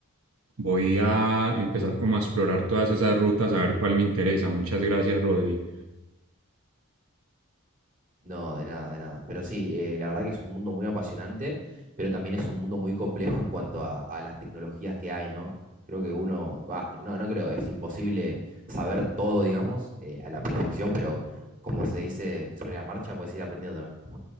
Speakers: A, on the right; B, on the right.
A: Voy a empezar como a explorar todas esas rutas, a ver cuál me interesa. Muchas gracias, Rodri.
B: No, de nada, de nada. Pero sí, eh, la verdad que es un mundo muy apasionante, pero también es un mundo muy complejo en cuanto a, a las tecnologías que hay, ¿no? Creo que uno, ah, no, no creo, es imposible saber todo, digamos, eh, a la perfección, pero como se dice sobre la marcha, puedes ir aprendiendo también.